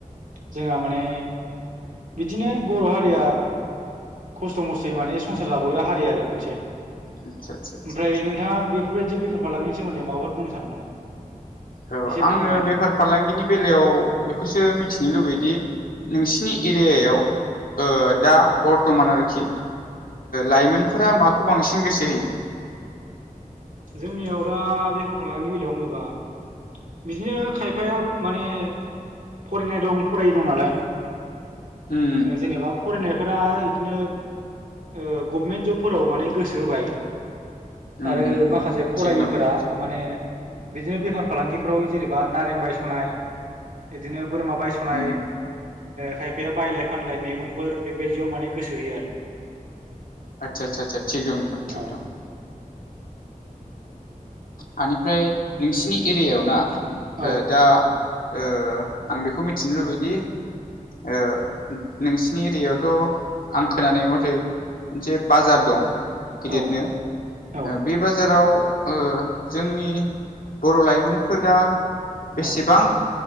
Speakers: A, on the right (about 65°); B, on the left (about 80°).
A: जोंहा माने बिदिनो बर' हारिया खस्थ' मस्थयै माने संसार जाबोग्रा हारि आरो मोनसे ओमफ्राय
B: आदसा आदसा आदसा आदसा
A: नोंथाङा बेफोरबायदि बेफार फालांगिनि सोमोन्दै माबाफोर बुंनो सानदों नामा
B: औ-
A: एसे
B: आङो
A: फोरमायना होदो
B: बेफार फालांगिनि बेलायाव बेखौसो मिथिनो लुबैदि नोंसिनि एरियायाव ओ-
A: औ
B: दा बर्थमान आरोखि
A: औ
B: लाइमोनफोरा मा खौ- बांसिन गोसो होयो
A: जोंनियाव दा- बेफार फालांगिनि बेलायाव होनोबा बिदिनो खायफाया माने फरायनाय दं फरायि दं नालाय
B: उम
A: जेनेबा फरायनाय फ्रा बिदिनो ओ गभमेन्ट जबफोराव माने गोसो होबाय।
B: उम
A: आरो
B: उम
A: माखासे फरायिफोरा
B: थिग दं नोंथां थिग दं
A: माने बिदिनो बेफार फालांगिफ्राव जेनेबा नारें बायस'नाय बिदिनो बोरमा बायस'नाय
B: उम उम
A: खायफाया बायलाय फानलाय मैगंफोर बेबायदियाव माने गोसो होयो आरो
B: आदसा- आदसा नोंथां थिग
A: औ
B: दं। बेनिफ्राय नोंसिनि एरियावना
A: औ
B: ओ दा ओ आं बेखौ मिथिनो लुबैदि ओ नोंसिनि एरियायावथ' आं खोनानाय मथै मोनसे बाजार दं गिदिरनो
A: औ औ
B: बे बाजाराव ओ जोंनि बर' लाइमोनफोरा बेसेबां
A: औ